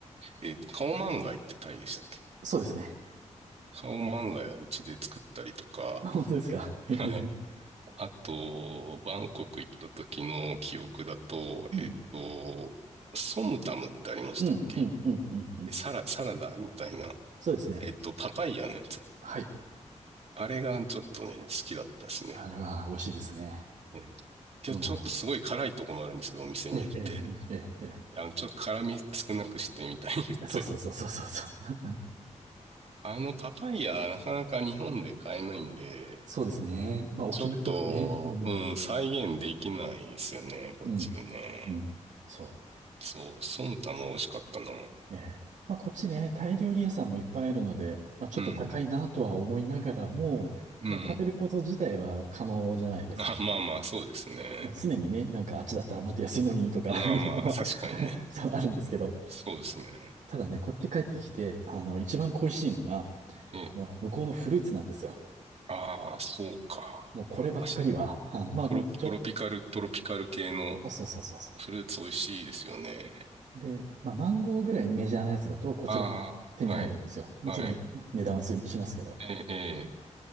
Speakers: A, on the right (about 55°); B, on the right (about 80°).
A: えー、カオマンガイってタイでしたっけ
B: そうですね。
A: カオマンガイはうちで作ったりとか、
B: <laughs> 本当ですか。
A: はい。
B: ええ、
A: あと、バンコク行った時の記憶だと、
B: うん、
A: えっと、ソムタムってありましたっけ
B: うん、うん、うん、うん。うん
A: サラ、サラダみたいな、
B: そうですね。
A: えっと、パパイヤのやつ。
B: はい。
A: あれがちょっとね、好きだったですね。
B: あれは美味しいですね。
A: うんちょ、
B: も
A: ちょっとすごい辛いとこもあるんですけど、お店によって。
B: う、ええ、ええ、ええ、え
A: あの、ちょっと辛み少なくしてみたいに <laughs> 言ったり。
B: え。そうそうそうそうそうそう。
A: あの、パパイヤ、なかなか日本で買えないんで、
B: そうですね。まあ、沖縄とかね。
A: ちょっと、
B: うん、
A: うん、再現できないですよね、こっちでね。
B: うん、うん。そ
A: そう、ソムタも美味しかったな。
B: う。ええ。まあ、こっちね、タイ料理屋さんもいっぱいあるので、まあ、ちょっと高いなとは思いながらも、
A: うん。うん。
B: まあ、食べること自体は可能じゃないですか。
A: あ、まあまあ、そうですね。
B: まあ、常にね、なんかあっちだったらもっと安いのにとか
A: まあまあ、
B: <laughs> いうのは
A: 確かにね。
B: <laughs> そうあるんですけど、
A: そうですね。
B: ただね、こっち帰ってきて、あの、一番恋しいのが、
A: え、
B: あの、向こうのフルーツなんですよ。
A: ああ、そうか。
B: もうこればっかりは、
A: あ、し
B: あの、まあ、
A: トロ、
B: まあ、
A: トロピカル、
B: 一応、
A: トロピカル系の
B: そうそうそうそうそ
A: フルーツ美味しいですよね。
B: う。で、まあ、マンゴーぐらいメジャーなやつだと、こちらで手に入るんですよ。
A: ああ、はい。
B: もちろんね、
A: はい。
B: 値段はすしますけど。
A: え、え、